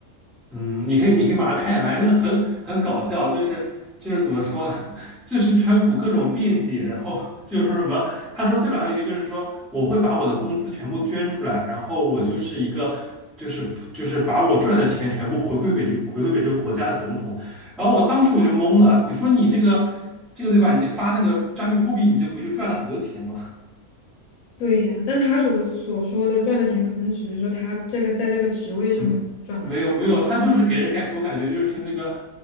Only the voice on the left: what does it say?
对呀，但他所的所说的赚的钱，可能只是说他这个在这个职位上面赚的钱。